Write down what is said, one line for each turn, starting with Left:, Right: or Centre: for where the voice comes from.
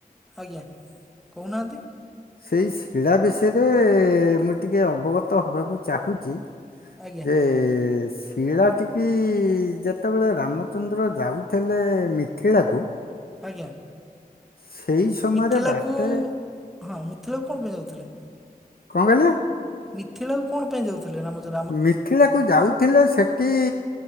Centre: ଆଜ୍ଞା କହୁନାହାନ୍ତି।
Left: ସେଇ ଶିଳା ବିଷୟରେ ମୁଁ ଟିକେ ଅବଗତ ହବାକୁ ଚାହୁଁଚି।
Centre: ଆଜ୍ଞା
Left: ଯେ ସ୍ ଶିଳା ଟିକି ଯେତେବେଳେ ରାମଚନ୍ଦ୍ର ଯାଉଥିଲେ ମିଥିଳାକୁ।
Centre: ଆଜ୍ଞା।
Left: ସେଇ ସମୟରେ
Centre: ମିଥିଳାକୁ
Left: ବାଟରେ
Centre: ହଁ ମିଥିଳାକୁ କଣ ପାଇଁ ଯାଉଥିଲେ?
Left: କଣ କହିଲେ?
Centre: ମିଥିଳାକୁ କଣ ପାଇଁ ଯାଉଥିଲେ ରାମଚ
Left: ମିଥିଳାକୁ ଯାଉଥିଲେ ସେ ଟି